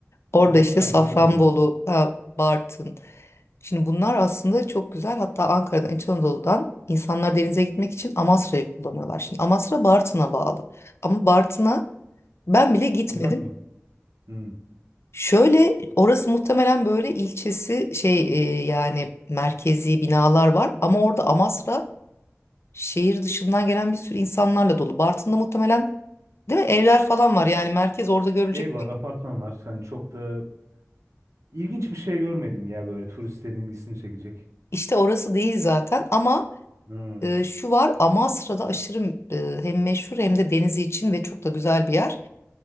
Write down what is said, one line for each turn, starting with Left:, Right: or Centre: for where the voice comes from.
Left: Orada
Right: Hı hı.
Left: işte
Right: Ha,
Left: Safranbolu,
Right: duydum orayı.
Left: ha, Bartın. Şimdi bunlar aslında çok güzel. Hatta Ankara'dan, İç Anadolu'dan insanlar denize gitmek için Amasra'yı kullanıyorlar. Şimdi Amasra Bartın'a bağlı. Ama Bartın'a ben bile gitmedim.
Right: Uzak mı? Hmm.
Left: Şöyle orası muhtemelen böyle ilçesi şey e, yani merkezi binalar var ama orada Amasra şehir dışından gelen bir sürü insanlarla dolu. Bartın'da muhtemelen değil mi evler falan var yani merkez orada görülecek
Right: Ev var, apartman var. Hani çok da ilginç bir şey görmedim ya böyle turistlerin ilgisini çekecek.
Left: işte orası değil zaten ama
Right: Hmm.
Left: e, şu var Amasra'da aşırı e, hem meşhur hem de denizi için ve çok da güzel bir yer.